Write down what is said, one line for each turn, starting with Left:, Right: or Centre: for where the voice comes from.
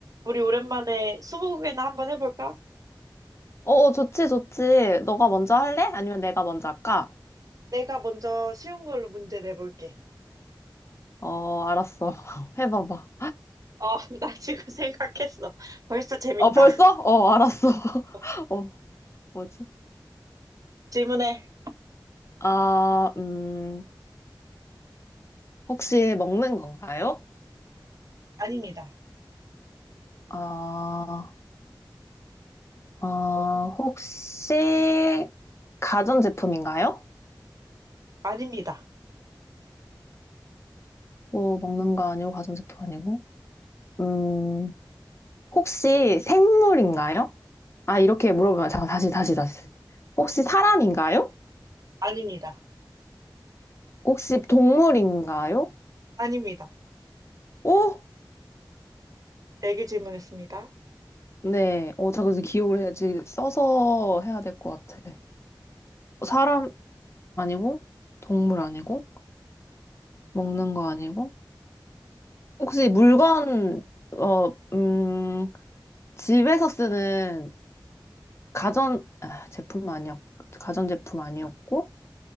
Right: 우리 오랜만에 스무고개나 한번 해볼까?
Left: 어, 어, 좋지, 좋지. 너가 먼저 할래? 아니면 내가 먼저 할까?
Right: 내가 먼저 쉬운 걸로 문제 내볼게.
Left: 어, 알았어. <laughs> 해봐봐.
Right: 어, <laughs> 나 지금 생각했어. 벌써 재밌다.
Left: 어, 벌써? 어, 알았어.
Right: 어, 어.
Left: <laughs> 어, 뭐지?
Right: 질문해.
Left: 아, 음, 혹시 먹는 건가요?
Right: 아닙니다.
Left: 아, 어,
Right: 어,
Left: 혹시 가전제품인가요?
Right: 아닙니다.
Left: 뭐 먹는 거 아니고 가전제품 아니고? 음, 혹시 생물인가요? 아, 이렇게 물어보면 잠깐 다시 다시 다시. 혹시 사람인가요?
Right: 아닙니다.
Left: 혹시 동물인가요?
Right: 아닙니다.
Left: 오?
Right: 네 개 질문했습니다.
Left: 네. 어, 자, 그래서 기억을 해야지. 써서 해야 될 것 같아. 사람 아니고, 동물 아니고, 먹는 거 아니고. 혹시 물건, 어, 음, 집에서 쓰는 가전, 아, 제품 아니었, 가전제품 아니었고,